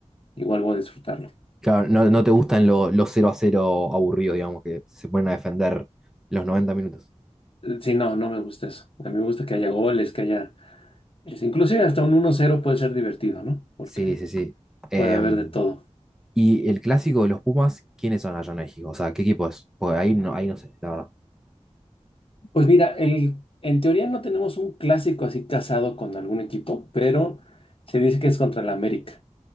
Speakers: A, on the left; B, in the centre.
A: igual voy a disfrutarlo.
B: Claro, no, no te gustan lo- los cero a cero aburridos, digamos, que se ponen a defender los 90 minutos.
A: Eh, Sí, no, no me gusta eso. A mí me gusta que haya goles, que haya... es- inclusive hasta un 1-0 puede ser divertido, ¿no? Porque
B: Sí, sí, sí. Em,
A: puede haber de todo.
B: y el clásico de los Pumas, ¿quiénes son allá en México? O sea, ¿qué equipo es? Porque ahí no, ahí no sé, la verdad.
A: Pues mira, el, en teoría no tenemos un clásico así casado con algún equipo, pero se dice que es contra la América.